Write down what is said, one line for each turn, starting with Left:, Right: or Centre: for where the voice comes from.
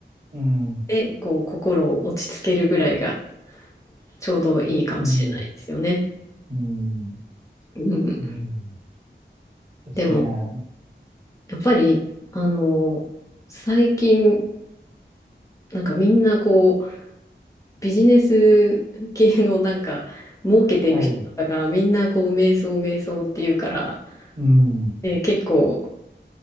Right: うん。
Left: で、こう、心を落ち着けるぐらいが、ちょうどいいかもしれないですよね。
Right: うん。うん。
Left: うん。
Right: うん。ですね。
Left: でも、やっぱり、あの、最近、なんかみんなこう、ビジネス系のなんか、儲けてる人とかが、
Right: はい。
Left: みんなこう、瞑想、瞑想っていうから、
Right: うん。
Left: で、結構、